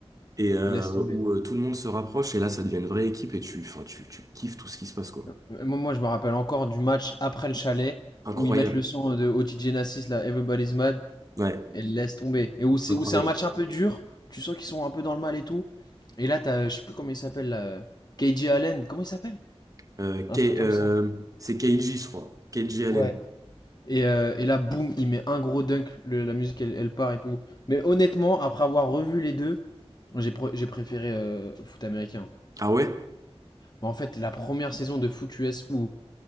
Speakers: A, on the right (about 35°); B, on the left (about 40°).
A: et euh,
B: laisse tomber.
A: où euh, tout le monde se rapproche, et là, ça devient une vraie équipe, et tu, enfin, tu, tu kiffes tout ce qui se passe, quoi.
B: Euh, Moi, moi, je me rappelle encore du match après le chalet
A: Incroyable.
B: où ils mettent le son de Otis Genesis, là, Everybody's Mad,
A: Ouais,
B: et laisse tomber. Et où c'est,
A: incroyable.
B: où c'est un match un peu dur. Tu sens qu'ils sont un peu dans le mal et tout. Et là, t'as, euh, je sais plus comment il s'appelle, là, euh, KJ Allen. Comment il s'appelle?
A: Euh,
B: Un
A: Kei-
B: truc comme
A: euh,
B: ça.
A: c'est Keiji, je crois. Keiji Allen.
B: Ouais. Et, euh, et là, boum, il met un gros dunk, le- la musique elle, elle part et tout. Mais honnêtement, après avoir revu les deux, j'ai pr- j'ai préféré euh, foot américain.
A: Ah ouais?
B: Bon, en fait, la première saison de foot US où